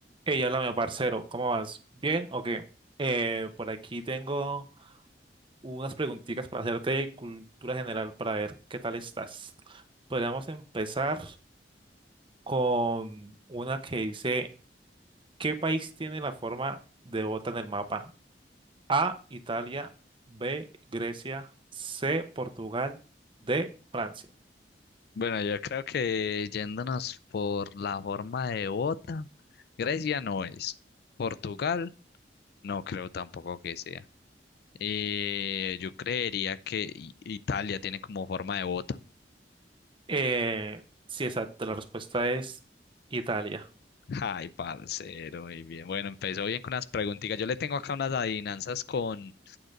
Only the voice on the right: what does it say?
Hey, háblame, parcero, ¿cómo vas? ¿Bien o qué? Eh, por aquí tengo unas preguntitas para hacerte de cultura general para ver qué tal estás. Podríamos empezar con una que dice, ¿qué país tiene la forma de bota en el mapa? A, Italia, B, Grecia, C, Portugal, D, Francia.
Eh, sí, exacto, la respuesta es Italia.